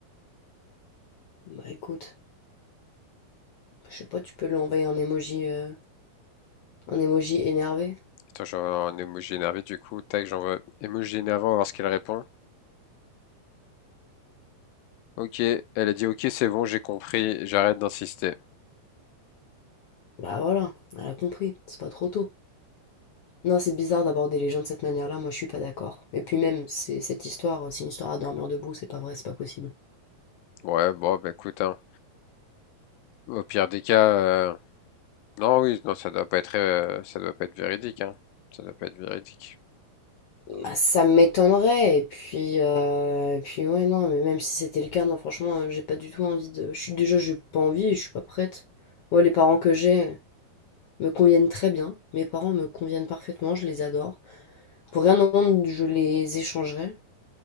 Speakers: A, on the left (about 65°); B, on the left (about 80°).
A: Bah écoute, je sais pas, tu peux lui envoyer un emoji, euh, un emoji énervé.
B: Attends, j'envoie un emoji énervé du coup. Tac, j'envoie emoji énervé, on va voir ce qu'elle répond. Ok, elle a dit, ok, c'est bon, j'ai compris, j'arrête d'insister.
A: Bah voilà, elle a compris, c'est pas trop tôt. Non, c'est bizarre d'aborder les gens de cette manière-là, moi je suis pas d'accord. Et puis même, c'est cette histoire, c'est une histoire à dormir debout, c'est pas vrai, c'est pas possible.
B: Ouais, bon, bah écoute, hein. Au pire des cas, euh, non, oui, non, ça doit pas être, euh, ça doit pas être véridique, hein. Ça doit pas être véridique.
A: Bah ça m'étonnerait, et puis euh, et puis ouais non, mais même si c'était le cas, non franchement, euh, j'ai pas du tout envie de. Je suis déjà j'ai pas envie, je suis pas prête. Moi les parents que j'ai me conviennent très bien. Mes parents me conviennent parfaitement, je les adore. Pour rien au monde, je les échangerais.